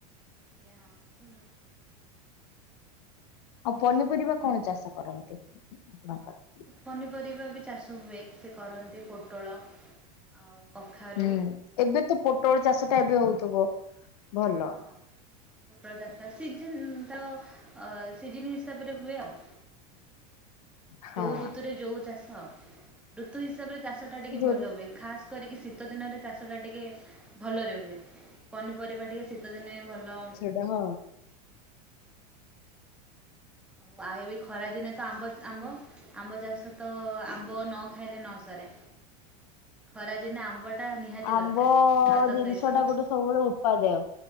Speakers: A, in the centre; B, on the left.
A: ଆଜ୍ଞା ହଁ ଶୁଣୁଛି। ସେଇ
B: ଆଉ ପନିପରିବା କଣ ଚାଷ କରନ୍ତି ଆପଣଙ୍କର?
A: ପନିପରିବା ବି ଚାଷ ହୁଏ। ସେ କରନ୍ତି ପୋଟଳ ଆଉ କଖାରୁ
B: ହୁଁ ଏବେ ତ ପୋଟଳ ଚାଷ ଟା ଏବେ ହଉଥିବ
A: ଆଉ
B: ଭଲ।
A: ହଁ ପୋଟଳ ଚାଷ ଟା ସିଜିନ୍ ତ ଅ ସିଜିନ୍ ହିସାବରେ ହୁଏ ଆଉ।
B: ହଁ
A: ଯୋଉ ଋତୁରେ ଯୋଉ ଚାଷ ଆଉ। ଋତୁ ହିସାବରେ ଚାଷଟା ଟିକେ
B: ଯୋଉ
A: ଭଲ ହୁଏ ଖାସ୍ କରିକି ଶୀତ ଦିନରେ ଚାଷଟା ଟିକେ ଭଲରେ ହୁଏ। ପନିପରିବା ଟିକେ ଶୀତ ଦିନେ ଭଲ।
B: ଏ ହଁ
A: ପାଇବି ଖରା ଦିନେ ତ ଆମ୍ବ ଆମ୍ବ। ଆମ୍ବ ଚାଷ ତ ଆମ୍ବ ନ ଖାଇଲେ ନ ସରେ ଖରାଦିନେ ଆମ୍ବ ବଟା ନିହାତି
B: ଆମ୍ବ
A: ଦରକାର ଭାତ
B: ଜିନିଷ
A: ସହିତ।
B: ଟା ଗୋଟେ ସବୁବେଳେ ଉତ୍ପାଦାୟ